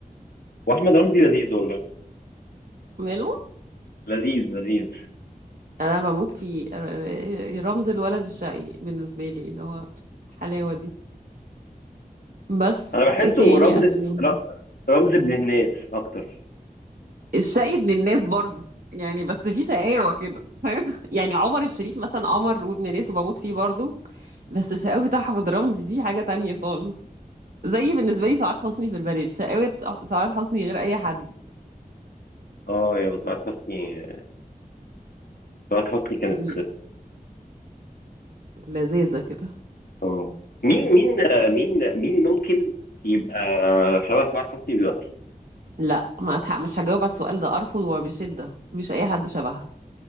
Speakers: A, on the left; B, on the right.
A: واحمد رمزي لذيذ والله
B: ماله
A: لذيذ لذيذ
B: انا بموت في ر- رمز الولد الشقي بالنسبه لي اللي هو الحلاوه دي بس
A: انا بحسه
B: ايه تاني
A: رمز
B: اسلم
A: ر- رمز ابن الناس اكتر
B: الشقي ابن الناس برضه يعني بس في شقاوة كده فاهم <laughs> يعني عمر الشريف مثلا قمر وابن ناس وبموت فيه برضه بس شقاوة أحمد رمزي دي حاجة تانية خالص زي بالنسبة لي سعاد حسني في البنات شقاوة سعاد حسني غير أي حد
A: اه يا طلعت حسني طلعت حسني كانت
B: ل- لذيذة كده
A: اه مين مين آه، مين مين ممكن يبقى شبه طلعت حسني دلوقتي
B: لا ما أتح- مش هجاوب على السؤال ده أرفض وبشدة مفيش أي حد شبهها